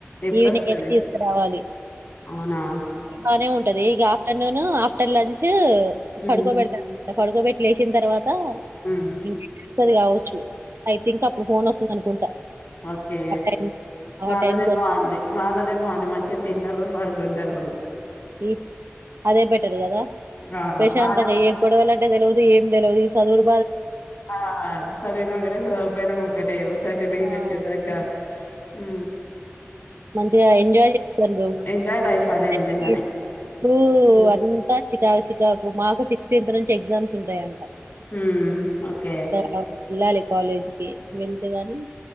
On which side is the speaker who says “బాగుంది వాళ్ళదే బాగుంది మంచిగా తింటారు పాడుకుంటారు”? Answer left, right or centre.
Left